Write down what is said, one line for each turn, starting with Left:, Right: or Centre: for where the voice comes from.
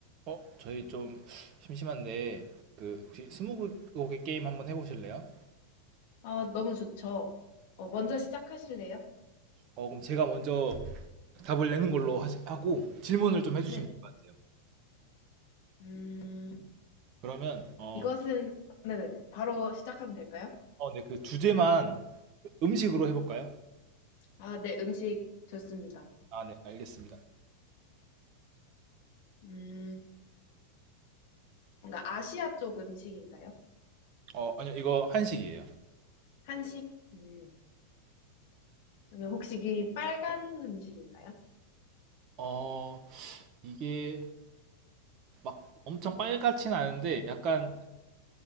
Right: 어, 저희 좀 심심한데 그 혹시 스무고개 게임 한번 해보실래요?
Left: 아, 너무 좋죠. 어, 먼저 시작하실래요?
Right: 어, 그럼 제가 먼저 답을 내는 걸로 하시, 하고 질문을 좀 해주시면
Left: 네네.
Right: 될 것 같아요.
Left: 음,
Right: 그러면 어,
Left: 이것은, 네네네. 바로 시작하면 될까요?
Right: 어, 네, 그 주제만 음식으로 해볼까요?
Left: 아, 네, 음식 좋습니다.
Right: 아, 네, 알겠습니다.
Left: 음, 뭔가 아시아 쪽 음식인가요?
Right: 어, 아니요, 이거 한식이에요.
Left: 한식? 음, 그러면 혹시 이 빨간 음식인가요?
Right: 어, 이게 막 엄청 빨갛진 않은데 약간